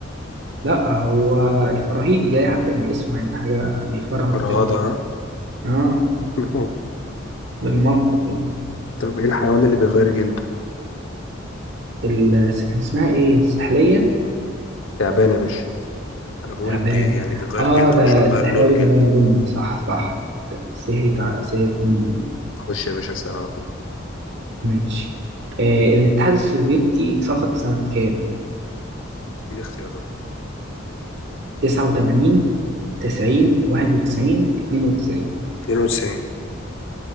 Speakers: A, on the right; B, on the left.
A: لا هو الفراهيدي جاي حتى من اسمه يعني حاجة بيفرهد
B: فرهاده
A: كده
B: ها
A: اه
B: <laughs>
A: بالمنطق يعني
B: طب ايه الحيوان اللي بيغير جلده
A: ال- كان اسمها ايه السحلية
B: تعبان يا باشا انا بقول
A: تعبان
B: بي يعني بيغير
A: اه
B: جلده
A: ده
B: مش بيغير
A: السحلية
B: لون جلده
A: بجمال لونها صح صح سهيت ع- سهيت مني دي
B: خش يا باشا اسأل على طول
A: ماشي آه الاتحاد السوفيتي سقط سنة كام؟
B: اديني اختيارات
A: 89 90 91 92
B: 92